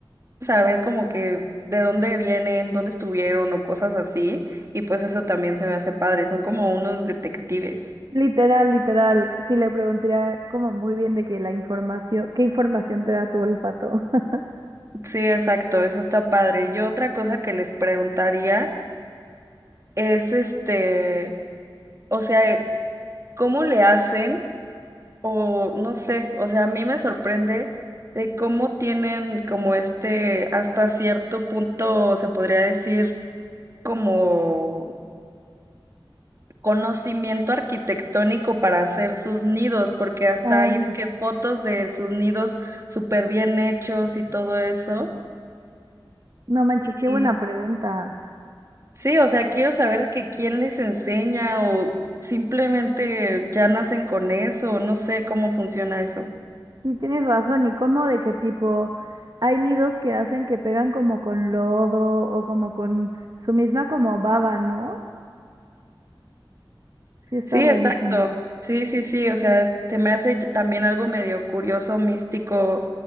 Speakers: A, on the right; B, on the right.
A: saber como que de dónde vienen, dónde estuvieron o cosas así. Y pues eso también se me hace padre. Son como unos detectives.
B: Literal, literal, sí le preguntaría como muy bien de que la información, ¿qué información te da tu olfato? <laughs>
A: Sí, exacto, eso está padre. Yo otra cosa que les preguntaría es este, o sea, eh, ¿cómo le hacen? O no sé, o sea, a mí me sorprende de cómo tienen como este, hasta cierto punto, se podría decir, como conocimiento arquitectónico para hacer sus nidos, porque hasta
B: Ah,
A: hay de que fotos de sus nidos súper bien hechos y todo eso.
B: no manches,
A: Y
B: qué buena pregunta.
A: sí, o sea, quiero saber de que quién les enseña o simplemente ya nacen con eso, no sé cómo funciona eso.
B: Y tienes razón, ¿y cómo de qué tipo? Hay nidos que hacen que pegan como con lodo o como con su misma como baba, ¿no? Sí, está
A: Sí,
B: rarísimo.
A: exacto. Sí, sí, sí, o sea, se me hace también algo medio curioso, místico,